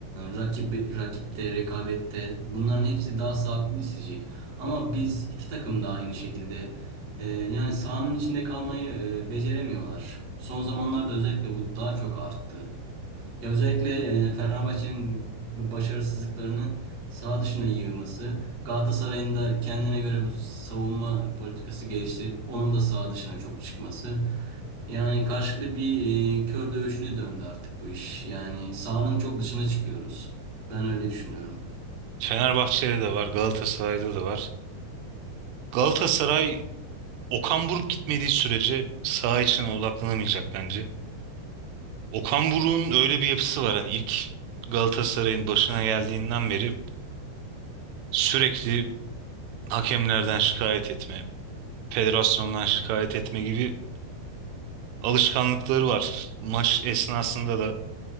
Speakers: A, on the right; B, on the right.
A: rakip, rakipte, rekabette bunların hepsi daha sağlıklı işleyecek. Ama biz iki takım da aynı şekilde. Ee, yani sahanın içinde kalmayı e, beceremiyorlar. Son zamanlarda özellikle bu daha çok arttı. Ya özellikle e, Fenerbahçe'nin bu başarısızlıklarını saha dışına yığması, Galatasaray'ın da kendine göre bu savunma politikası geliştirip onun da saha dışına çok çıkması. Yani karşılıklı bir e, kör dövüşüne döndü artık bu iş. Yani sahanın çok dışına çıkıyoruz. Ben öyle düşünüyorum.
B: Fenerbahçe'de de var, Galatasaray'da da var. Galatasaray Okan Buruk gitmediği sürece saha içine odaklanamayacak bence. Okan Buruk'un öyle bir yapısı var. Hani ilk Galatasaray'ın başına geldiğinden beri sürekli hakemlerden şikayet etme, federasyondan şikayet etme gibi alışkanlıkları var. Maç esnasında da